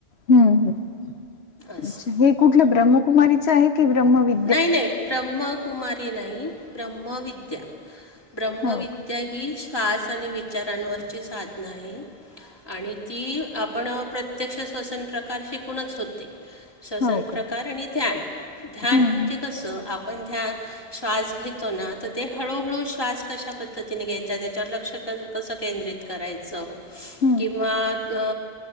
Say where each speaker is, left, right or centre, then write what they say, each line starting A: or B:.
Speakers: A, on the left; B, on the left.
A: हम्म ह्,
B: असं
A: अच्छा हे कुठलं ब्रह्मकुमारीच आहे की ब्रह्मवि
B: नाही नाही ब्रह्मकुमारी नाही ब्रह्मविद्या. ब्रह्मविद्या
A: हो का
B: ही श्वास आणि विचारांवरची साधनं आहे. आणि ती आपण प्रत्यक्ष श्वसन प्रकार शिकूनच होते. शवसन
A: हो
B: प्रकार
A: का
B: आणि ध्यान. ध्यान
A: हम्म
B: म्हणजे कसं आपण ध्यान श्वास घेतो ना तर ते हळूहळू श्वास कशा पद्धतीने घ्यायचा. त्याच्यावर लक्ष कस केंद्रित करायच
A: <inaudible>
B: किंवा अ